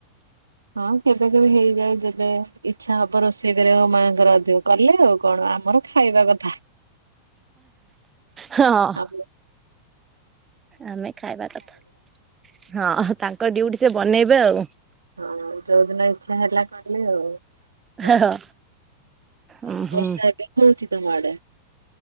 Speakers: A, on the right; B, on the right.
A: ହଁ କେବେ କେବେ ହେଇଯାଏ। ଯେବେ ଇଚ୍ଛା ହବ ରୋଷେଇ କରିବା ମାଆଙ୍କର ଅଧିକ କଲେ ଆଉ କଣ ଆମର ଖାଇବା କଥା।
B: ହଁ!
A: ଆମ
B: ଆମେ ଖାଇବା କଥା ହଁ ତାଙ୍କ ଡିଉଟି ସେ ବନେଇବେ ଆଉ।
A: ହଁ ଯୋଉଦିନ ଇଚ୍ଛା ହେଲା କଲେ ଆଉ। ଆଉ
B: ହଁ। ଉଁ ହୁଁ
A: ବର୍ଷା ଏବେ ହଉଚି ତମ ଆଡେ?